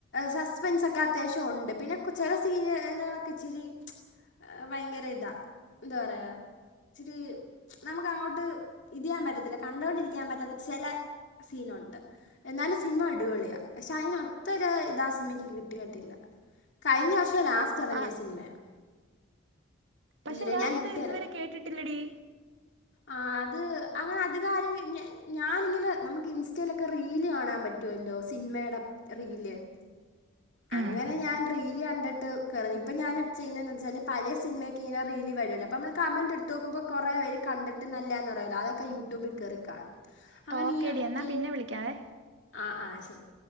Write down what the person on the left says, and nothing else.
സസ്പെൻസൊക്കെ അത്യാവശ്യം ഒണ്ട്. പിന്നെ ചെല സീനുകളൊക്കെ ഇച്ചിരി. ഭയങ്കര ഇതാ എന്താ പറയാ. ച്ചിരി നമുക്കങ്ങോട്ട് ഇതിയാൻ പറ്റത്തില്ല കണ്ടൊണ്ടിരിക്കാൻ പറ്റാത്ത ചെല. സീനൊണ്ട്. എന്നാലും സിനിമ അടിപൊളിയാ പക്ഷെ അയിനൊത്തൊരു ഇതാ സിനിമയ്ക്ക് കിട്ടിയിട്ടില്ല. കഴിഞ്ഞ വർഷം ലാസ്റ്റ് എറങ്ങിയ
സിനിമയാ.
ധീരൻ
ഇട്ടുതരാം
ആഹ് അത് അങ്ങനെ അധികാരും <unintelligible> ഞാനിങ്ങനെ നമ്മക്ക് ഇൻസ്റ്റയിലൊക്കെ റീല് കാണാൻ പറ്റൊല്ലൊ സിൻമേടെ റീല്
അങ്ങനെ ഞാൻ റീല് കണ്ടിട്ട് <unintelligible> ഇപ്പം ഞാന് ചെയ്യിന്നെന്ന് വെച്ചാല് പയേ സിൻമേക്കെ ഇങ്ങനെ റീലി വരോലോ ഇപ്പമ്മള് കമന്റെട്ത്ത് നോക്കുമ്ബോ കുറെ വരും കണ്ടിട്ട് നല്ലാന്ന് പറയൊലോ അതൊക്കെ യൂട്യൂബി കേറി കാണും അങ്ങനെ
ഈ അട്ത്ത്
ആഹ് ആഹ് ശെരി